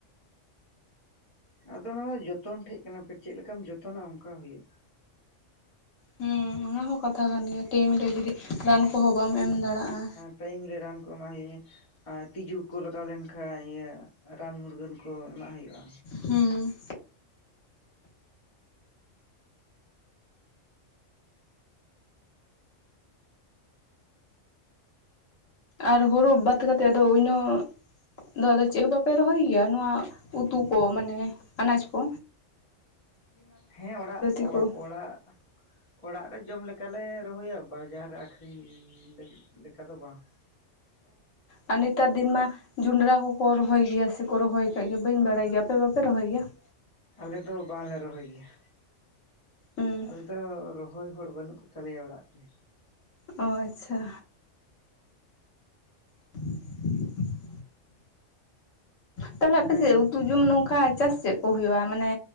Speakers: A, on the left (about 30°); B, on the left (about 80°).
A: ᱟᱫᱚ ᱚᱱᱟᱫᱚ ᱡᱚᱛᱚᱱ ᱴᱷᱮᱡ ᱠᱟᱱᱟ ᱠᱷᱮᱴ ᱪᱮᱫ ᱞᱮᱠᱟᱢ ᱡᱚᱛᱚᱱᱟ ᱚᱱᱠᱟ ᱦᱩᱭᱩᱜᱼᱟ
B: ᱦᱩᱸ ᱚᱱᱟ ᱦᱚᱸ ᱠᱟᱛᱷᱟ ᱠᱟᱱ ᱜᱮᱭᱟ ᱴᱟᱭᱤᱢ ᱨᱮ ᱡᱩᱫᱤ ᱨᱟᱱ ᱠᱚᱦᱚᱸ ᱵᱟᱢ ᱮᱢ ᱫᱟᱲᱟᱜᱼᱟ
A: ᱴᱟᱭᱤᱢ ᱨᱮ ᱨᱟᱱ ᱠᱚ ᱮᱢᱟᱜ ᱦᱩᱭ ᱟᱨ ᱛᱤᱡᱩ ᱠᱚ ᱞᱟᱜᱟᱣ ᱞᱮᱱ ᱠᱷᱟᱱ ᱤᱭᱟᱹ ᱨᱟᱱ ᱢᱩᱨᱜᱟᱹᱱ ᱠᱚ ᱮᱢᱟᱜ ᱦᱩᱭᱩᱜᱼᱟ
B: ᱦᱩᱸ ᱟᱨ ᱦᱳᱲᱳ ᱵᱟᱫ ᱠᱟᱛᱮᱫ ᱫᱚ ᱩᱱᱟᱹᱜ ᱫᱤᱭᱮ ᱟᱫᱚ ᱪᱮᱫᱦᱚ ᱵᱟᱯᱮ ᱨᱚᱦᱚᱭ ᱜᱮᱭᱟ ᱱᱚᱶᱟ ᱩᱛᱩ ᱠᱚ ᱢᱟᱱᱮ ᱟᱱᱟᱡᱠᱚ
A: ᱦᱮᱸ ᱚᱲᱟᱜ
B: ᱠᱚ
A: ᱚᱲ ᱚᱲᱟᱜ ᱚᱲᱟᱜ ᱨᱮ ᱡᱚᱢ ᱞᱮᱠᱟᱞᱮ ᱨᱚᱦᱚᱭᱟ ᱵᱟᱡᱟᱨ ᱨᱮ ᱟᱹᱠᱷᱨᱤᱧ ᱞᱟᱹᱜᱤ ᱞᱮᱠᱟ ᱫᱚ ᱵᱟᱝ ᱾
B: ᱟᱨ ᱱᱮᱛᱟᱨ ᱫᱤᱱ ᱢᱟ ᱡᱚᱸᱰᱨᱟ ᱠᱚᱠᱚ ᱨᱚᱦᱚᱭ ᱜᱮᱭᱟ ᱥᱮᱠᱚ ᱨᱚᱦᱚᱭ ᱠᱟᱜ ᱜᱮᱭᱟ ᱵᱟᱹᱧ ᱵᱟᱲᱟᱭ ᱜᱮᱭᱟ ᱟᱯᱮ ᱵᱟᱯᱮ ᱨᱚᱦᱚᱭ ᱜᱮᱭᱟ ᱾
A: ᱟᱞᱮ ᱫᱚ ᱵᱟᱝᱞᱮ ᱨᱚᱦᱚᱭ ᱜᱮᱭᱟ
B: ᱦᱩᱸ
A: ᱟᱞᱮ ᱫᱚ ᱨᱚᱦᱚᱭ ᱦᱚᱲ ᱵᱟᱹᱱᱩᱜ ᱠᱚ ᱛᱟᱞᱮ ᱚᱲᱟᱜ ᱨᱮ᱾
B: ᱚ ᱟᱪᱪᱷᱟ, <inaudible> ᱛᱟᱦᱞᱮ ᱟᱯᱮᱥᱮᱫ
A: ᱦᱮᱸ
B: ᱩᱛᱩ ᱡᱚᱢ ᱱᱚᱝᱠᱟ ᱪᱟᱥ ᱪᱮᱫ ᱠᱚ ᱦᱩᱭᱩᱜᱼᱟ ᱾ ᱢᱟᱱᱮ